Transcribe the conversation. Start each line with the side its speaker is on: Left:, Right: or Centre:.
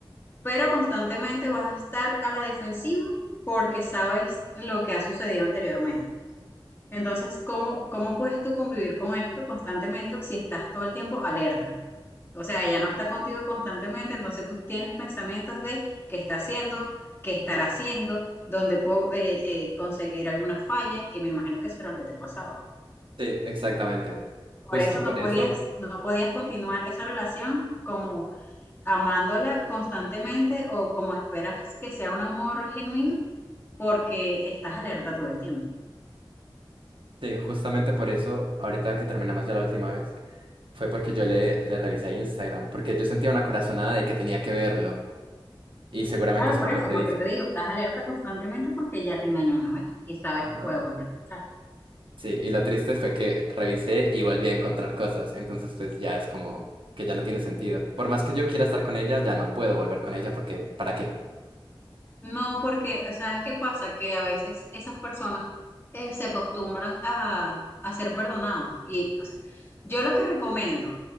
Left: pero constantemente vas a estar a la defensiva porque sabes lo que ha sucedido anteriormente. Entonces, ¿cómo, cómo puedes tú convivir con esto constantemente si estás todo el tiempo alerta? O sea, ella no está contigo constantemente, entonces tú tienes pensamientos de qué está haciendo, qué estará haciendo, dónde puedo eh, eh, conseguir alguna falla, y me imagino que eso era lo que te pasaba.
Right: Sí, exactamente.
Left: Por
Right: Justo
Left: eso no
Right: por
Left: podías,
Right: eso,
Left: no podías continuar esa relación como amándola constantemente o como esperas que sea un amor genuino porque estás alerta todo el tiempo.
Right: sí, justamente por eso, ahorita que terminamos ya la última vez, fue porque yo le, le revisé Instagram, porque yo sentía una corazonada de que tenía que verlo, y seguramente
Left: Claro,
Right: es
Left: por
Right: por
Left: eso,
Right: lo que
Left: porque
Right: dices.
Left: te digo, estás alerta constantemente porque ya te engañó una vez y sabes
Right: Ajá.
Left: que puede volver a pasar.
Right: Sí, y lo triste fue que revisé y volví a encontrar cosas, entonces pues ya es como que ya no tiene sentido. Por más que yo quiera estar con ella, ya no puedo volver con ella porque ¿para qué?
Left: No, porque, ¿sabes qué pasa? Que a veces esas personas eh, se acostumbran a, a ser perdonados. Y, o sea, yo lo que recomiendo